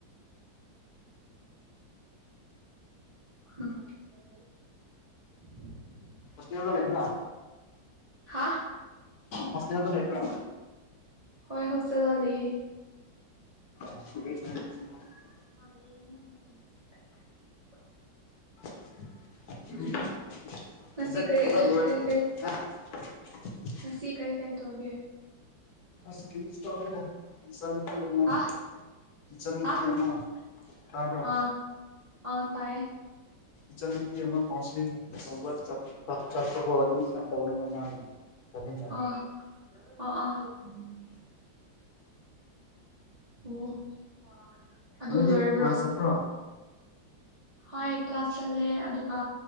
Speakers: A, on the right; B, on the left.
A: <unintelligible>
B: ꯁ꯭ꯀꯨꯜꯗ ꯂꯩꯕ꯭ꯔ
A: ꯍꯥ
B: ꯍꯁꯇꯦꯜꯗ ꯂꯩꯥꯕ꯭ꯔ
A: ꯉꯍꯥꯛꯆꯠꯂ ꯂꯩꯌꯦ
B: <unintelligible>
A: <unintelligible>
B: <unintelligible>
A: ꯉꯁꯤ
B: <unintelligible>
A: ꯀꯔꯤ ꯀꯔꯤ ꯁꯤ ꯀꯔꯤ ꯀꯔꯤ ꯇꯧꯒꯦ
B: ꯑꯁ ꯀꯔꯤꯁꯨ ꯇꯧꯗꯦꯗ ꯆꯥꯅ ꯊꯛꯅꯕ
A: ꯍꯥ
B: ꯏꯆꯟꯅꯨꯄꯤ
A: ꯍꯥ
B: ꯑꯃ ꯇꯥꯕ꯭ꯔꯣ
A: ꯑꯥ ꯑꯥ ꯇꯥꯏꯌꯦ
B: ꯏꯆꯟ ꯅꯨꯄꯤ ꯑꯃ ꯀꯥꯎꯟꯁꯦꯂꯤꯡ ꯇꯧꯕ ꯆꯠꯄ ꯆꯠꯄ ꯀꯣ ꯑꯦꯃꯤꯁꯟ ꯇꯧꯅꯕ ꯃꯥꯒꯤ ꯇꯝꯃꯤꯟꯅꯕ
A: ꯑꯥ ꯑꯥ ꯑꯥ
B: ꯎꯝ
A: ꯑꯣ ꯑꯗꯨ
B: ꯅꯣꯏꯗꯤ
A: ꯂꯣꯏꯔꯕ꯭ꯔꯣ
B: ꯀ꯭ꯂꯥꯁ ꯆꯠꯄ꯭ꯔꯣ
A: ꯍꯣꯏ ꯀ꯭ꯂꯥꯁ ꯆꯠꯂꯦ ꯑꯗꯨꯒ